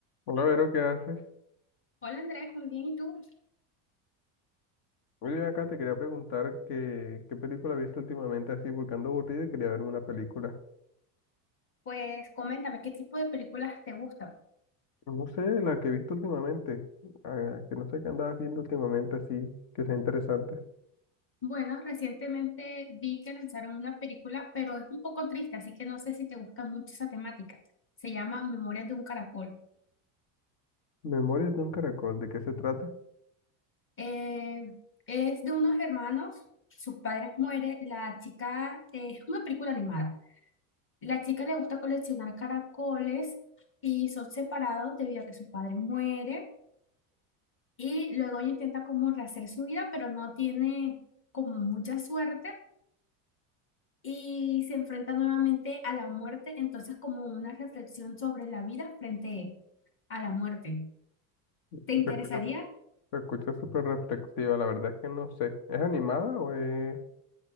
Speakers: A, on the left; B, on the left.
A: Hola, Vero, ¿qué haces?
B: Hola Andrés, muy bien. ¿Y tú?
A: Oye, acá te quería preguntar que, qué película has visto últimamente así, porque ando aburrido y quería verme una película.
B: Pues coméntame, ¿qué tipo de películas te gustan?
A: No sé, la que he visto últimamente, ah, que no sé qué andabas viendo últimamente así, que sea interesante.
B: Bueno, recientemente vi que lanzaron una película, pero es un poco triste, así que no sé si te gusta mucho esa temática. Se llama Memorias de un caracol.
A: Memorias de un caracol, ¿de qué se trata?
B: Eh, es de unos hermanos, sus padres mueren, la chica, eh, es una película animada. La chica le gusta coleccionar caracoles y son separados debido a que su padre muere y luego ella intenta como rehacer su vida, pero no tiene como mucha suerte y se enfrenta nuevamente a la muerte, entonces como una reflexión sobre la vida frente a la muerte.
A: Se
B: ¿Te interesaría?
A: escucha, se escucha súper reflexiva, la verdad es que no sé. ¿Es animada o es